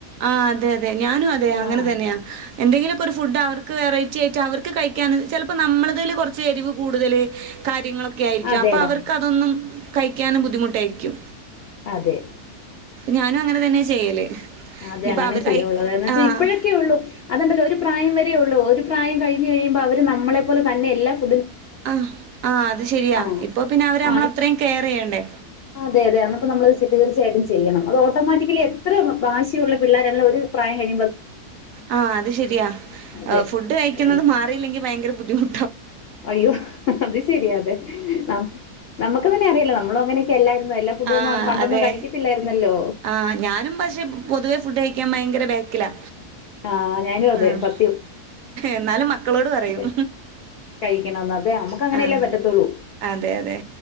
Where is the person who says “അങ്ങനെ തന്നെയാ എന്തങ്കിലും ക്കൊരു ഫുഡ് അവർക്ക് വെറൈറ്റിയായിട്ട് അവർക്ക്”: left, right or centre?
Right